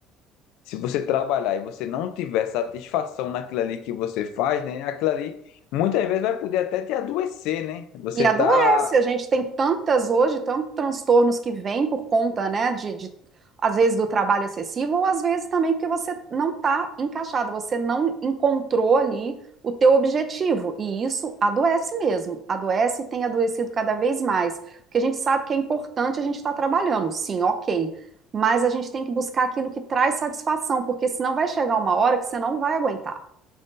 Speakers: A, on the left; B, on the right.
A: Se você trabalhar e você não tiver satisfação naquilo ali que você faz, né? Aquilo ali muitas vezes vai poder até te adoecer, né? Você
B: E adoece,
A: tá
B: a gente tem tantas hoje, tantos transtornos que vêm por conta, né, de, de, às vezes do trabalho excessivo, ou às vezes também porque você não está encaixado, você não encontrou ali o teu objetivo, e isso adoece mesmo, adoece e tem adoecido cada vez mais, porque a gente sabe que é importante a gente estar trabalhando, sim, ok, mas a gente tem que buscar aquilo que traz satisfação, porque senão vai chegar uma hora que você não vai aguentar,